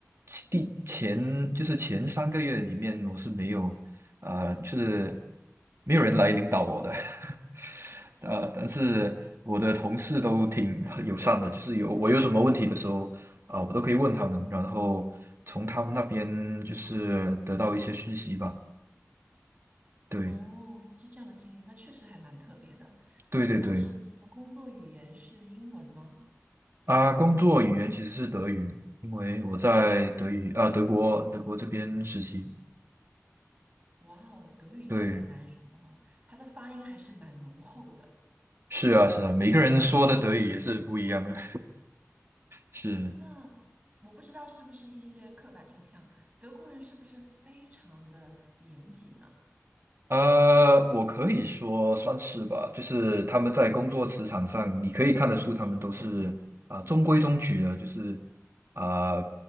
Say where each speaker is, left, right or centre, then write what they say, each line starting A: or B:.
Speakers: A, on the right (about 55°); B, on the right (about 30°).
A: 其第前就是前三个月里面，我是没有啊、就是没有人来领导我的，<laughs> 呃，但是我的同事都挺友善的，就是有我有什么问题的时候啊、我都可以问他们，然后从他们那边就是得到一些讯息吧。对，
B: 哦，原来是这样的经历，那确实还蛮特别的。
A: 对对对，
B: 那你当时的工作语言是英文吗？
A: 啊，工作语言其实是德语，因为我在德语啊、德国德国这边实习。
B: 哇哦，德语应该很难学哦，
A: 对，
B: 它的发音还是蛮浓厚的。
A: 是啊，是啊，每个人说的德语也是不一样的。<laughs> 是，
B: 那我不知道是不是一些刻板印象，德国人是不是非常的严谨呢？
A: 呃，我可以说算是吧，就是他们在工作职场上，你可以看得出他们都是啊、中规中矩的，就是啊、